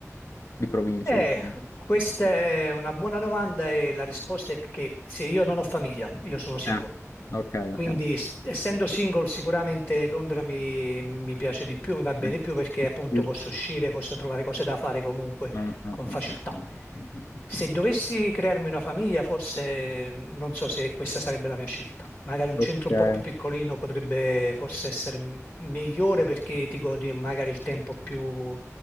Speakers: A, on the left; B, on the left.
A: Di provincia
B: Eh,
A: dicevi.
B: questa è una buona domanda e la risposta è che se io non ho famiglia, io sono single.
A: Ah, okay, okay.
B: Quindi s- essendo single sicuramente Londra mi, mi piace di più, mi va bene
A: Mh.
B: di più perché
A: È
B: appunto
A: più
B: posso uscire, posso trovare cose da fare comunque
A: ah, ah,
B: con
A: ah,
B: facilità.
A: ah, mh-mh,
B: Se dovessi crearmi una famiglia, forse eh, non so se questa sarebbe la mia scelta. Magari un
A: okay.
B: centro un po' più piccolino potrebbe forse essere m- migliore perché ti godi magari il tempo più